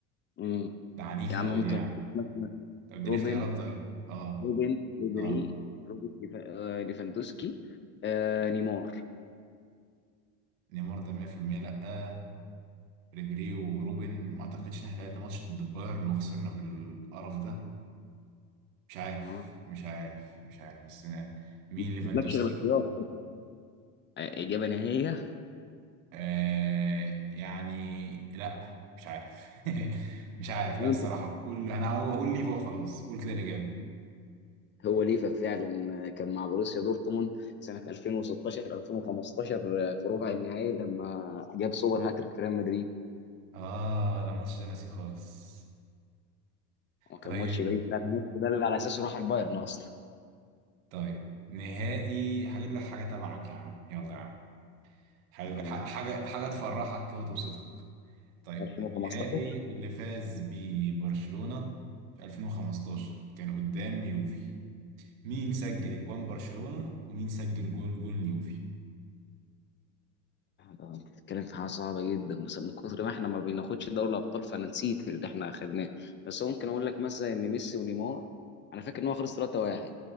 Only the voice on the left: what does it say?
امم
يا عم
ممكن
مثلا
روبن
روبن ريبيري
روبرت ليف- آه، ليفاندوسكي آه، نيمار
اه
ما
جابلكش غير اختيار آه، إجابة نهائية
وأنت
هو ليفا فعلا آه، كان مع بروسيا دورتموند سنة 2016 2015 آه، في ربع النهائي لما جاب سوبر هاتريك في ريال مدريد
وما كان
ماتش بعيد فعلا الماتش ده اللي على أساسه راح البايرن أصلا
يعني
2015
آه، انت بتتكلم في حاجه صعبه جدا بس من كتر ما احنا ما بناخدش دوري الابطال فانا نسيت اللي احنا اخدناه بس ممكن اقول لك مثلا ان ميسي ونيمار انا فاكر ان هو خلص 3-1